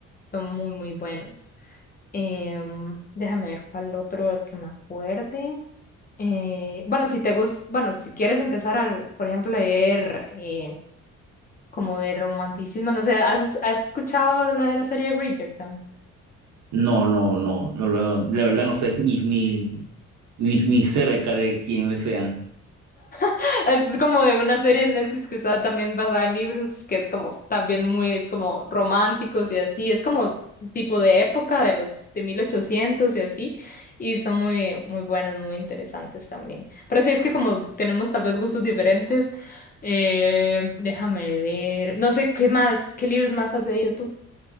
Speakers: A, on the left; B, on the right.
A: son muy, muy buenos. Em, déjame ver cuál otro que me acuerde. Eh, bueno, si te gusta, bueno, si quieres empezar al, por ejemplo, leer eh, como de romanticismo, no sé, ¿has, has escuchado la de la serie Bridgerton?
B: No, no, no, no, lo- de verdad no sé ni, ni, ni, ni cerca de quiénes sean.
A: <laughs> Es como de una serie de Netflix que está también basada en libros, que es como también muy como románticos y así, es como tipo de época de los de 1800 y así, y son muy muy buenos, muy interesantes también. Pero sí es que como tenemos tal vez gustos diferentes, eh, déjame ver, no sé qué más, qué libros más has leído tú.